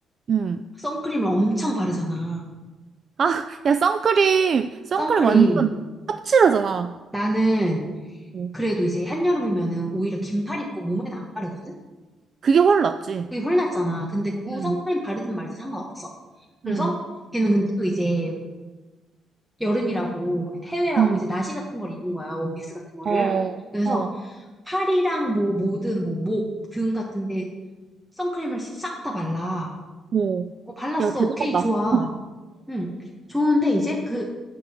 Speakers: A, on the right; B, in the centre.
A: 응.
B: 선크림을 엄청 바르잖아.
A: 아, 야, 선크림. 선크림
B: 선크림.
A: 완전 떡칠하잖아.
B: 나는
A: 어
B: 그래도 이제 한여름이면은 오히려 긴팔 입고 몸에는 안 바르거든?
A: 그게 훨 낫지.
B: 그게 헐났잖아. 근데 그거
A: 응.
B: 선크림 바르든 말든 상관없어. 그래서
A: 응,
B: 걔는 근데 또 이제 여름이라고 해외라고
A: 응,
B: 이제 나시 같은 걸 입은 거야. 원피스 같은 거를.
A: 어,
B: 그래서
A: 어,
B: 팔이랑 뭐 모든 뭐 목, 등 같은데 선크림을 싹 다 발라.
A: 오.
B: 어, 발랐어.
A: 야, 대단하다.
B: 오케이, 좋아.
A: 어,
B: 응. 좋은데 이제 그